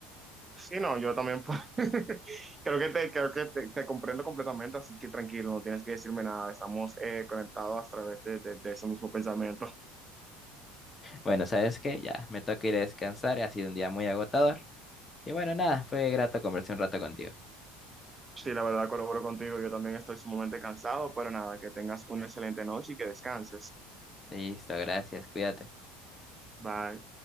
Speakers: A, on the right (about 20°); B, on the left (about 25°).
A: Sí, no, yo también pues, <laughs> creo que te, creo que te, te comprendo completamente, así que tranquilo, no tienes que decirme nada, estamos eh, conectados a través de, de de ese mismo pensamiento.
B: Bueno, ¿sabes qué? Ya, me toca ir a descansar, ha sido un día muy agotador. Y bueno, nada, fue grato conversar un rato contigo.
A: Sí, la verdad colaboro contigo. Yo también estoy sumamente cansado, pero nada, que tengas una excelente noche y que descanses.
B: Listo, gracias, cuídate.
A: Bye.